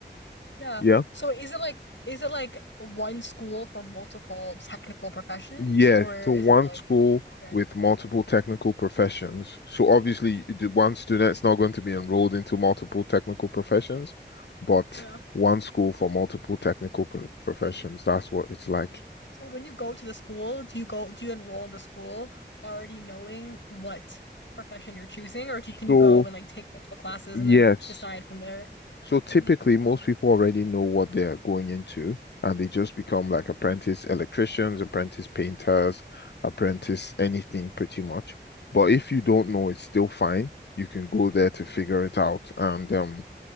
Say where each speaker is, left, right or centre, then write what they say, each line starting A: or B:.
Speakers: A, on the left; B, on the left.
A: yeah.
B: yeah.
A: So is it like is it like one school for multiple technical professions
B: Yes,
A: or
B: so
A: is
B: one
A: it like
B: school
A: okay.
B: with multiple technical professions. So obviously, the one student's not going to be enrolled into multiple technical professions, but
A: Yeah.
B: one school for multiple technical pro- professions. That's what it's like.
A: So when you go to the school, do you go do you enroll in the school already knowing what profession you're choosing or do you, can
B: So,
A: you go and like take multiple classes
B: yes.
A: and then decide from there?
B: So typically,
A: Mm-hmm.
B: most people already know what they're going into, and they just become like
A: Mm-hmm.
B: apprentice electricians, apprentice painters, apprentice anything pretty much. But if you don't know, it's still fine. You can go there to figure it out. And um,